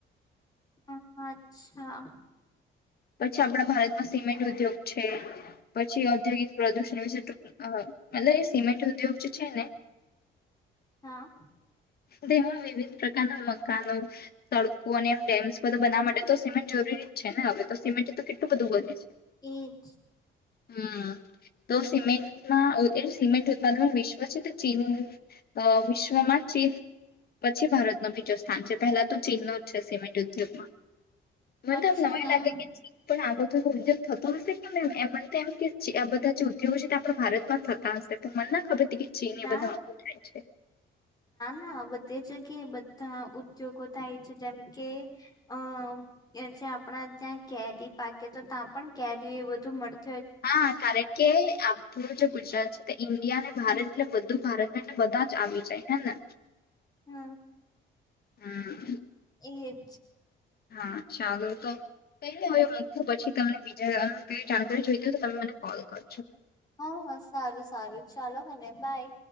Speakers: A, on the left; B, on the left.
A: હમ અચ્છા
B: પછી આપણા ભારતમાં સિમેન્ટ ઉદ્યોગ છે પછી ઔદ્યોગિક પ્રદૂષણ વિશે ટક મતલબ એ સિમેન્ટ ઉદ્યોગ જે છે ને
A: હા
B: ધ એમાં વિવિધ પ્રકારના મકાનો સડકો અને એમ ડેમ્સ બધ બનાવા માટે તો સિમેન્ટ જરૂરી જ છે ને હવે તો સિમેન્ટ તો કેટલું બધું બને છે
A: એક જ
B: હમ તો સિમેન્ટમાં સિમેન્ટ ઉત્પાદન વિશ્વ છે તો ચીન વિશ્વમાં ચી પછી ભારત ન બીજું સ્થાન છે પહેલા તો ચીનનો જ છે સિમેન્ટ ઉદ્યોગમાં
A: અચ્છા
B: મને તો નવાય લાગે કે ચીન પણ આ બધો ઉદ્યોગ થતો હશે કેમમ એમને તો એમ કે આ બધા જે ઉદ્યોગો છે તે આપણા ભારતમાં જ થતા હશે મને ના ખબર હતી કે ચીન
A: ના
B: એ બધા ઓ થાય છે
A: હા બધી જગ્યાએ બધા ઉદ્યોગો થાય છે જેમ કે અ જે આપણા ત્યાં કેરી પાકે તો ત્યાં પણ કેરી એ બધું મળે
B: હા કારણ કે આપું જે ગુજરાત છે ઈન્ડિયા ને ભારત એટલે બધું ભારત એને બધા જ આવી જાય હે ને
A: હમ
B: હમ
A: એજ
B: હા ચાલો તો કઈને હવે મૂકવું પછી તને બીજા કઈ જાણકારી જોઈતી હોય તો તમે મને કોલ કરો
A: હા હ સારું સારું ચાલો મને બાય